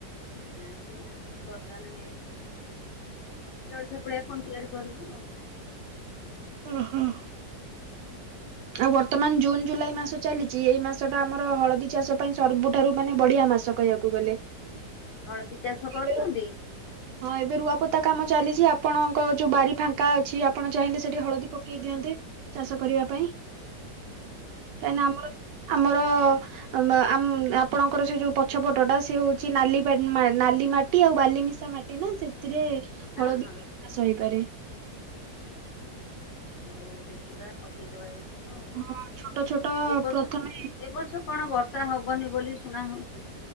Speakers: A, on the left (about 85°); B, on the right (about 85°).
A: ହେଇଥିଲା ବର୍ତ୍ତମାନେ ଜଳଖିଆ ପଳିଆ କଣ ତିଆରି କରିବୁ ଆଉ।
B: ଓହୋ!
A: ହ <inaudible>
B: ଆଉ ବର୍ତ୍ତମାନ ଜୁନ୍ ଜୁଲାଇ ମାସ ଚାଲିଚି ଏଇ ମାସ ଟା ଆମର ହଳଦୀ ଚାଷ ପାଇଁ ସରବୁଠାରୁ ମାନେ ବଢିଆ ମାସ। କହିବାକୁ ଗଲେ।
A: ହଳଦୀ ଚାଷ କରୁଚନ୍ତି?
B: ଏବେ ରୁ- ହଁ ଏବେ ରୁଆ ପୋତା କାମ ଚାଲିଛି। ଆପଣଙ୍କ ଯୋଉ ବାରି ଫାଙ୍କା ଅଛି ଆପଣ ଚାହିଁଲେ ସେଠି ହଳଦୀ ପକେଇ ଦିଅନ୍ତି। ଚାଷ କରିବା ପାଇଁ।
A: ହ <inaudible>
B: କାହିଁ ନା ଆମର, ଆମର ଆମ ଆମ ଏ ଆପଣଙ୍କର ସେ ଯୋଉ ପଛପଟ ଟା ସେ ହଉଛି ନାଲି ପାନ ମା- ନାଲିମାଟି ଆଉ ବାଲିମିଶା ମା ଟି ନା ସେଥିରେ
A: ହଁ
B: ହଳଦୀ
A: ହଁ
B: ଚାଷ ହେଇପାରେ।
A: ହଉ ଦେଖିବା ପକେଇଦବା ଏ <unintelligible> ଆଉ
B: ହଁ ଛୋଟ ଛୋଟ
A: ଏ ବର୍ଷ
B: ପ୍ରଥମେ
A: ଏ ବର୍ଷ କଣ ବର୍ଷ ଷା ହବନି ବୋଲି ଶୁଣା ହଉଛି।